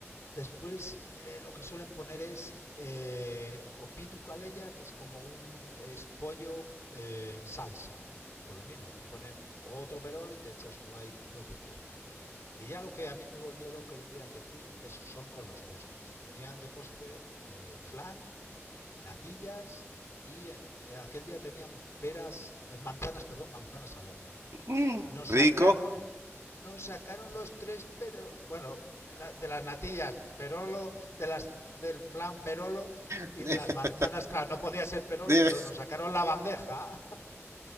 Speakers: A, on the left (about 65°); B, on the right (about 80°).
A: Después eh, lo que suelen poner es eh, opitu caleya, que es como un es pollo eh, en salsa. Pues lo mismo, te ponen otro perolo y te echas tú ahí lo que quieras. Y ya lo que a mí me volvió loco el día que fui es, son con los postres. Tenían de postre eh, flan, natillas y eh, aquel día tenían peras, eh, manzanas, perdón, manzanas al horno.
B: Mm,
A: Nos
B: rico.
A: sacaron, nos sacaron los tres, pero bueno, la- de las natillas Perolo, de las, del flan Perolo
B: <laughs>
A: y de las manzanas, claro, no podía ser Perolo,
B: Dime,
A: pero nos sacaron la bandeja